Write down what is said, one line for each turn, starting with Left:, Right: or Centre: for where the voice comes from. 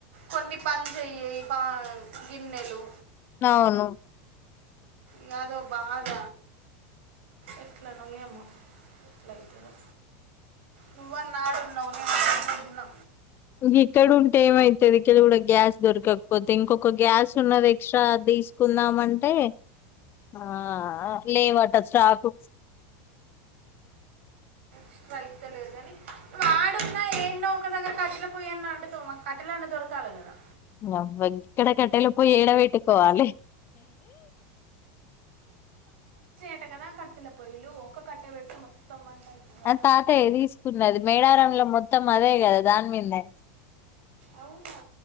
Right: కొన్ని పని చైయు ఈ పా గిన్నెలు
Left: అవును
Right: యాదో బాధ ఎట్లనో ఏమో యెట్లయితదో నువ్వన్న ఆడున్నావ్ నేన్ ఈడున్నా
Left: ఇంగ ఇక్కడ ఉంటే ఏమైతది ఇక్కడ కూడ గ్యాస్ దొరకకపోతే ఇంకొక గ్యాస్ ఉన్నది ఎక్స్ట్రా అది తీసుకుందామంటే ఆ లేవట స్టాక్.
Right: ఇష్ట అయితేలేదు కానీ నువ్ ఆడున్నా ఏందో ఒక దగ్గర కట్టెల పోయన్న అంటుకోమా కట్టెలన్నా దొరకాల కదా
Left: వహ్వ ఇక్కడ కట్టెల పోయి ఏడ పెట్టుకోవాలి
Right: ట కదా కట్టెల పొయ్యలు ఒక్క కట్టే బెట్టి మొత్తం వంట అవుతుందట
Left: ఆ తాతయ్య తీసుకున్నది మేడారంలో మొత్తం అదే కదా దాని మిందె
Right: అవునా